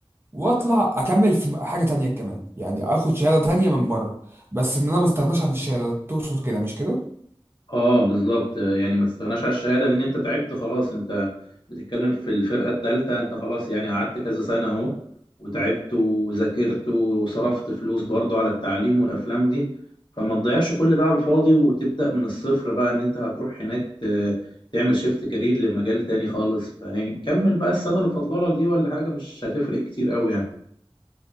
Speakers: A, on the right; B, on the left.
A: واطلع اكمل في حاجه تانية كمان يعني اخد شهاده تانية من بره بس ان انا ما استغناش عن الشهاده تقصد كده مش كده
B: اه بالظبط يعني ما تستغناش على الشهاده لان انت تعبت خلاص انت بتتكلم في الفرقه الثالثه انت خلاص يعني قعدت كذا سنه اهو وتعبت وذاكرت وصرفت فلوس برضو على التعليم والافلام دي فما تضيعش كل ده على الفاضي وتبدا من الصفر بقى ان انت هتروح هناك ت- تعمل شيفت كارير لمجال تاني خالص فيعني كمل بقى السنه اللي فاضله لك دي ولا حاجه مش هتفرق كتير قوي يعني